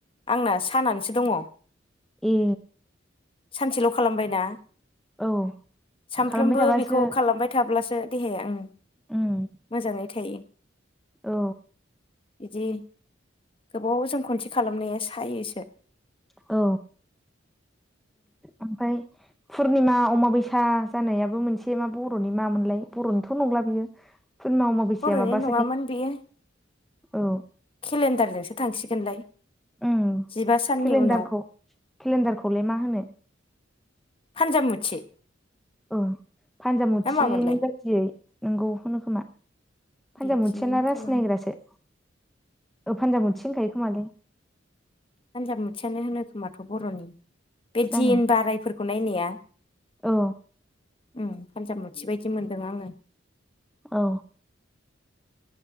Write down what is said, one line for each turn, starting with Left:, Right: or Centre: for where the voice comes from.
Left: आंना सानानानैसो दङ'।
Centre: ए।
Left: सानसेल' खालामबायना
Centre: औ
Left: सानफ्रोमबो
Centre: खालामबाय थाबासो
Left: बेखौ खालामबाय थाब्लासो देहाया ओं
Centre: उम
Left: मोजाङै थायो।
Centre: औ।
Left: बिदि गोबाव जों खनसे खालामनाया सायोसो।
Centre: औ ओमफ्राय पुर्निमा अमाबैसा जानायाबो मोनसे मा बर'नि माोनलाय बर'निथ' नंला बियो फुर्निमा अमाबैसा
Left: बर'नि
Centre: माबासो
Left: नङामोन
Centre: ने
Left: बेयो
Centre: औ
Left: केलेन्डारजोंसो थांसिगोनलाय
Centre: उम
Left: जिबा साननि
Centre: केलेन्डारखौ
Left: उनाव
Centre: केलेन्डारखौलाय मा होनो?
Left: फानजामुथि
Centre: ओं फानजामुथिनि
Left: ना मामोनलाय
Centre: बायदियै नोंगौ होनो खोमा! फान्जामुथि
Left: बिदिनोमोन
Centre: यानो‌ रासि
Left: खोमाहाय
Centre: नायग्रासो ओ फानजामुथि होनखायो खोमालोय!
Left: फानजाब मुथियानो होनो खोमाथ' बरनि बे
Centre: जानो
Left: दिन बारायफोरखौ नायनाया।
Centre: औ।
Left: उम फानजामुथि बायदि मोनदों आङो।
Centre: औ।